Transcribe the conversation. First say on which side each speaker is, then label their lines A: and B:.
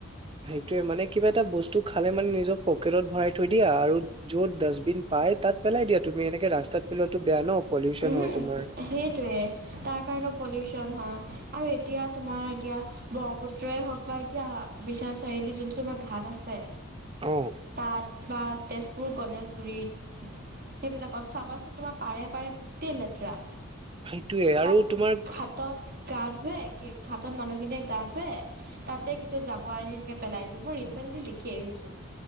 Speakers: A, on the right; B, on the right.
A: সেইটোয়ে মানে কিবা এটা বস্তু খালে মানে নিজৰ পকেটত ভৰাই থৈ দিয়া আৰু যত ডাষ্টবিন পাই তাত পেলাই দিয়া তুমি এনেকে ৰাস্তাত পেলোৱাতটো বেয়া ন। পলিউচন
B: উমহো
A: হয় তোমাৰ
B: সেইটোয়ে তাৰ কাৰণে পলিচন হয় আৰু এতিয়া তোমাৰ এতিয়া ব্ৰহ্মপুত্ৰই হওক বা এতিয়া বিশ্বনাথ চাৰিআলি যোনটো তোমাৰ ঘাট আছে
A: অ'।
B: তাত বা তেজপুৰ, গণেশগুৰিত সেইবিলাকত চাবাচোন তোমাৰ পাৰে পাৰে গোট- তেই লেতেৰা।
A: সেইটোৱে আৰু
B: তাত
A: তোমাৰ
B: ঘাটত গা ধুৱে একেই ঘাটত মানুহখিনিয়ে গা ধুৱে তাতে গোটেই জাবৰ আনি এনেকে পেলাই দিয়ে মই ৰিচেণ্টলি দেখি আহিছো।